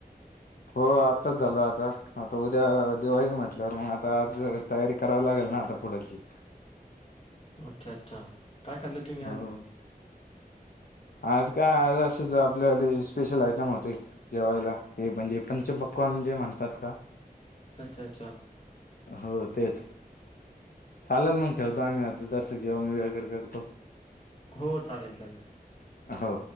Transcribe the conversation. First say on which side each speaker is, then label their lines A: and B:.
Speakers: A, on the left (about 65°); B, on the left (about 40°).
A: हो आत्ताच झालं आता आता उद्या दिवाळी म्हटल्यावर मग आता आज तयारी करावी लागेल ना आता पुढची.
B: अच्छा अच्छा काय खाल्लं तुम्ही
A: हो
B: आज?
A: आज काय आज असेच आपल्याले स्पेशल आयटम होते. जेवायला हे म्हणजे पंच पक्वान जे म्हणतात का.
B: अच्छा अच्छा.
A: हो तेच. चालेल मग ठेवतो आम्ही आता जरसक जेवण वगैरे करतो.
B: होत चालेल चालेल.
A: हो.